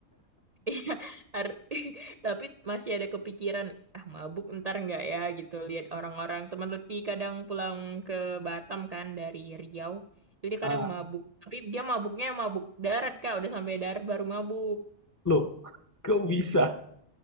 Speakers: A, on the right; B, on the left.
A: Iya, har- <laughs> tapi masih ada kepikiran, ah mabuk ntar nggak ya gitu. Lihat orang-orang teman Lutfi kadang pulang ke Batam kan dari Riau, itu dia
B: Ah,
A: kadang mabuk. Tapi dia mabuknya mabuk darat kak, udah sampai darat baru mabuk. <laughs>
B: loh, kok bisa?